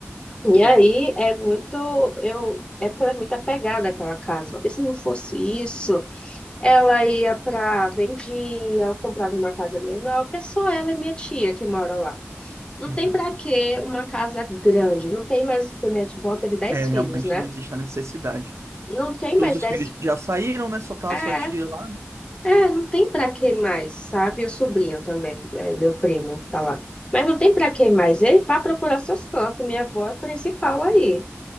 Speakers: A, on the right; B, on the left.
A: É um perigo.
B: e aí é muito, eu, é pra mim tá pegada aquela casa. Porque se não fosse isso, ela ia pra, vendia, ela comprava uma casa menor, porque só ela e minha tia que mora lá. Não
A: Uhum.
B: tem para que uma casa grande, não tem mais, por minha avó teve 10
A: É,
B: filhos,
A: realmente
B: né?
A: não existe a necessidade.
B: Não tem
A: Todos
B: mais
A: os
B: 10
A: filhos
B: fi-
A: já saíram, né? Só tá
B: é,
A: a sua tia lá.
B: é, não tem para que mais, sabe? E o sobrinho também, é, meu primo, tá lá. Mas não tem para que mais, ele vai procurar seus cantos, minha avó é a principal aí,